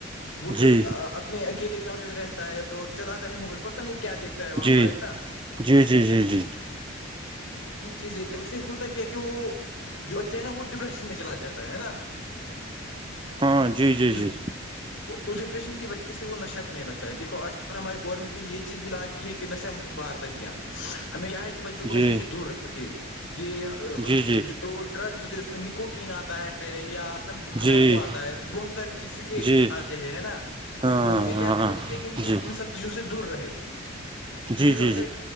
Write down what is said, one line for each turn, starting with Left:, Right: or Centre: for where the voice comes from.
Left: وہ پھر-
Right: جی
Left: اپنے اکیلے کمرے میں رہتا ہے اور چلاتا ہے م پتا نہیں کیا دیکھتا ہے- وہاں
Right: جی-
Left: پر ہے نا
Right: جی- جی- جی- جی
Left: چیزیں اس سے ہوتا کیا ہے کہ وہ جو بچہ ہے نا وہ ڈپریشن میں چلا جاتا ہے نا-
Right: ہاں, جی- جی-
Left: اس
Right: جی-
Left: اس ڈپریشن کی وجہ سے وہ نشہ کرنے لگتا ہے دیکو آج کل ہماراری گورنمنٹ میں یہ چیز بھی لانچ کی ہے کہ نشا م- بھارت ابھیان ہمیں کیا ہے کہ بچوں کو
Right: جی
Left: نشے سے دور رکھے یہ اس
Right: جی
Left: جو ڈرگز ہوتے ہیں اس میں نکوٹین آتا ہے- یا ٹوبیکو
Right: جی جی
Left: آتا ہے بہت ساری چیز سگریٹس
Right: جی
Left: آتے ہے
Right: ہاں
Left: تو ہمیں کیا
Right: ہاں
Left: کرنا
Right: ہاں
Left: چاہیے کہ
Right: جی
Left: ان سب- جوں سے دور رہے
Right: جی
Left: دیکھو
Right: جی
Left: اگر